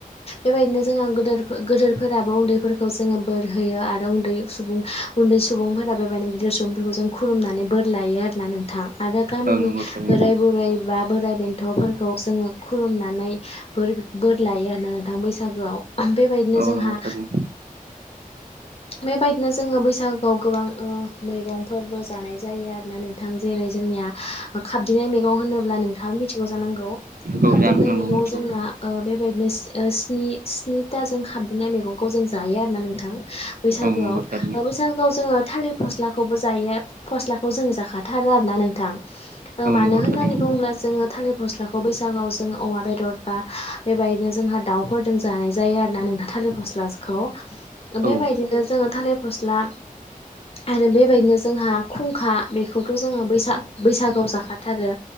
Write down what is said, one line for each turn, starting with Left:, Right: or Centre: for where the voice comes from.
Left: बेबायदिनो जोङो गोदोर गोदोरफोराबो उन्दैफोरखौ जोङो बोर होयो आरो उन्दै सुबुं उन्दै सुबुंफोरा बेबायदिनो गिदिर सुबुंफोरखौ जों खुलुमनानै बोर लायो आरोना नोंथां। आरो गामिनि
Right: औ नंगौ थारैनो
Left: बोराय बुरैबा बोर बोराइ बेन्थफोरखौ जोङो खुलुमनानै बोर बोर लायो आरोना नोंथां बैसागोआव। बेबायदिनो
Right: औ
Left: जोंहा
Right: नंगौ थारैनो
Left: बेबायदिनो जोङो बैसाग बैसागुआव गोबां मैगंफोरबो जानाय जायो आरोना नोंथां जेरै जोंनिया खाब दिंनाय मैगं होनोब्ला नोंथाङा मिथिगौ जानांगौ खाबदिंनाय
Right: औ जानो नांगौ
Left: मैगं
Right: मिथिगौ
Left: जोंना बेबायदिनोनि स्निथाजों खाबदिंनाय मैगंखौ जों जायो आरो ना नोंथां। बैसागोआव
Right: औ नंगौ थारैनो
Left: बैसाग आव जोङो थालिर फस्लाखौबो जायो फस्लाखौ जों जाखाथारो आरोना नोंथां।
Right: औ
Left: मानो
Right: नंगौ
Left: होननानै
Right: थारैनो
Left: बुङोब्ला जोङो थालिर फस्लाखौ बैसागुआव जोङो अमा बेदर बा बेबायदिनो जोंहा दाउफोरजों जानाय जायो आरोना नोंथा थालिर फस्लाखौ बेबायदिनो
Right: औ
Left: जोङो थालिर फस्ला आरो बेबायदिनो जोंहा खुंखा बेखौथ' जोङो बैसाग-बैसागआव जाखाथारो।